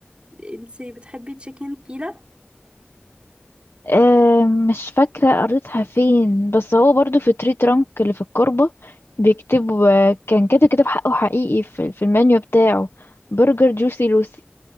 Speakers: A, on the right; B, on the left.
A: انتي بتحبي تشيكن فيلا
B: آه، مش فاكرة قريتها فين بس هو برضو في تري ترانك اللي في الكربة بيكتب كان كاتب كتاب حقه حقيقي في, في المنيو بتاعه برجر جوسي لوسي